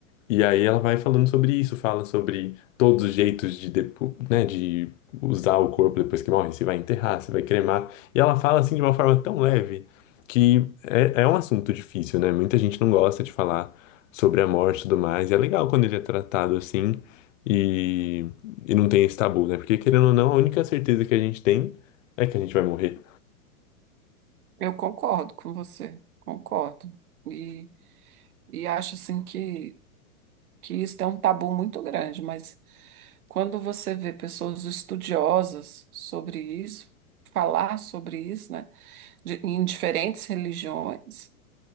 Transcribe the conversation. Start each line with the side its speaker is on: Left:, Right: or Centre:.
Left: E aí ela vai falando sobre isso, fala sobre todos os jeitos de, depo- né, de usar o corpo depois que morre, se vai enterrar, se vai cremar. E ela fala assim de uma forma tão leve que é, é um assunto difícil, né? Muita gente não gosta de falar sobre a morte e tudo mais. E é legal quando ele é tratado assim e, e não tem esse tabu, né? Porque querendo ou não, a única certeza que a gente tem é que a gente vai morrer.
Right: Eu concordo com você, concordo. E, e acho assim que, que isso é um tabu muito grande, mas quando você vê pessoas estudiosas sobre isso, falar sobre isso, né, de- em diferentes religiões,